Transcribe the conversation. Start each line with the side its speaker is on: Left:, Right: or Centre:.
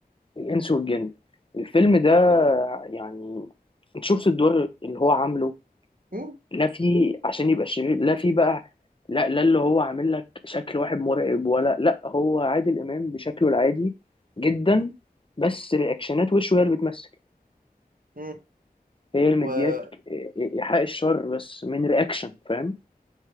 Left: الإنس والجن الفيلم ده يعني انت شفت الدور اللي هو عامله
Right: مم؟
Left: لا فيه عشان يبقى شرير لا فيه بقى لا لا اللي هو عامل لك شكل واحد مرعب ولا لا هو عادل إمام بشكله العادي جدا بس رياكشنات وشه هي اللي بتمثل
Right: مم.
Left: هي اللي مدياك
Right: و...
Left: إيحاء الشر بس من رياكشن فاهم